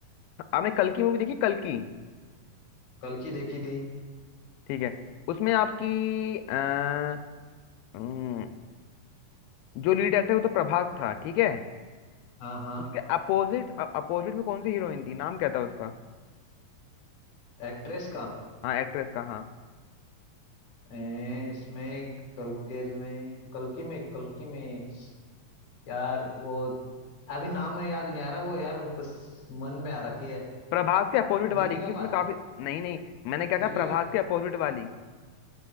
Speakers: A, on the left; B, on the left.
A: आपने कल की मूवी देखी कल की
B: कल की देखी थी
A: ठीक है उसमें आपकी अ, अम, जो लीड एक्टर है वो तो प्रभास था ठीक है
B: हाँ हाँ
A: उसके अपोजिट अपोजिट में कौन सी हीरोइन थी नाम क्या था उसका
B: एक्ट्रेस का
A: हाँ एक्ट्रेस का हाँ
B: ए, इसमें कल के में कल की में कल की में यार वो अभी नाम में याद नहीं आ रहा वो यार बस मन में आ रखी है
A: प्रभास के अपोजिट वाली
B: दीपिका
A: क्योंकि इसमें
B: पा
A: काफी नहीं नहीं मैंने क्या कहा
B: दीपिका
A: प्रभास के अपोजिट वाली